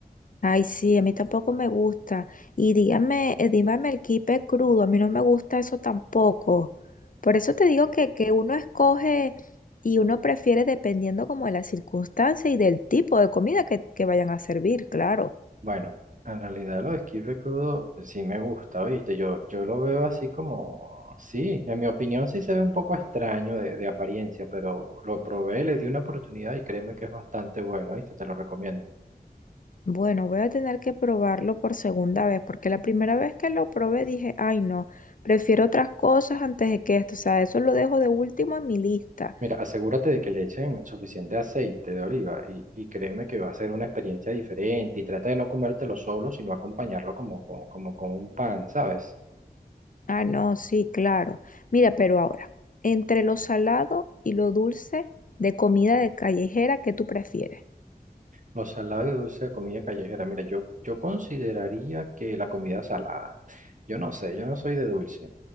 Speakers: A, on the left; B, on the right.
A: Ay, sí, a mí tampoco me gusta. Y dígame, eh, dígame el kipe crudo, a mí no me gusta eso tampoco. Por eso te digo que, que uno escoge y uno prefiere dependiendo como de la circunstancia y del tipo de comida que, que vayan a servir, claro.
B: Bueno, en realidad lo del kibe crudo sí me gusta, ¿viste? Yo, yo lo veo así como, sí, en mi opinión sí se ve un poco extraño de, de apariencia, pero lo probé, le di una oportunidad y créeme que es bastante bueno, ¿viste? Te lo recomiendo.
A: Bueno, voy a tener que probarlo por segunda vez, porque la primera vez que lo probé dije, ay no, prefiero otras cosas antes de que esto, o sea, eso lo dejo de último en mi lista.
B: Mira, asegúrate de que le echen suficiente aceite de oliva y, y créeme que va a ser una experiencia diferente y trata de no comértelo solo, sino acompañarlo como, como, como con un pan, ¿sabes?
A: Ah, no, sí, claro. Mira, pero ahora, entre lo salado y lo dulce de comida de callejera, ¿qué tú prefieres?
B: Lo salado y dulce de comida callejera. Mira, yo, yo consideraría que la comida salada. Yo no sé, yo no soy de dulce.